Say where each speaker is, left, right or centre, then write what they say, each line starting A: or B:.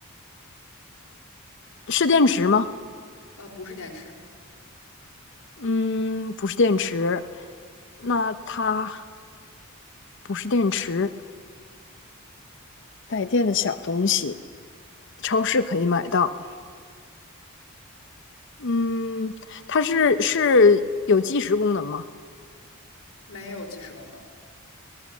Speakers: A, on the left; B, on the left.
A: 是电池吗？
B: 呃，不是电池，
A: 嗯，不是电池。那它不是电池。带电的小东西，超市可以买到。嗯，它是是有计时功能吗
B: 没有计时功能。